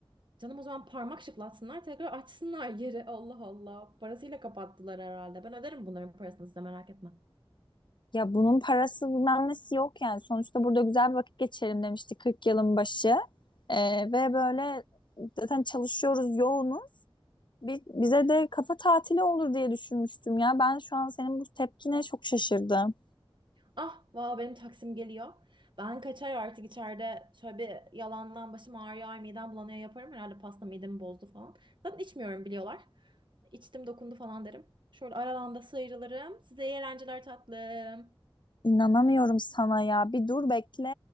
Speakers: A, on the right; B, on the left.
A: Canım o zaman parmak şıklatsınlar tekrar açsınlar yeri. <laughs> Allah Allah. Parasıyla kapattılar herhalde. Ben öderim bunların parasını size merak etme.
B: Ya bunun parası bilmem nesi yok yani. Sonuçta burada güzel bir vakit geçirelim demişti 40 yılın başı. Ee, ve böyle zaten çalışıyoruz yoğunuz. Bi- bize de kafa tatili olur diye düşünmüştüm ya. Ben şu an senin bu tepkine çok şaşırdım.
A: Ah, valla benim taksim geliyor. Ben kaçar artık içeride şöyle bir yalandan başım ağrıyor, ay midem bulanıyor yaparım. Herhalde pasta midemi bozdu falan. Zaten içmiyorum biliyorlar. İçtim dokundu falan derim. Şöyle aradan da sıyrılırım. Size iyi eğlenceler tatlım.
B: İnanamıyorum sana ya. Bir dur bekle.